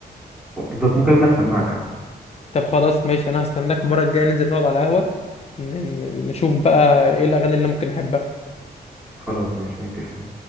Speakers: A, in the centre; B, on the left.
A: بالظبط ممكن اجيب لك سماعه كمان
B: طب خلاص ماشي انا هستناك المره الجايه ننزل نقعد على القهوه ن- ن- نشوف بقى ايه الاغاني اللي ممكن احبها
A: خلاص ماشي متفقين